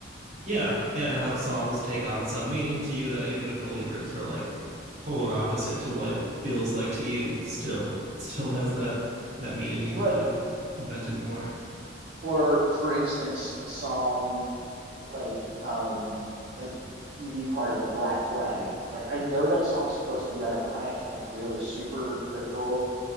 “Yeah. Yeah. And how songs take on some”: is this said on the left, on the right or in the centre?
Right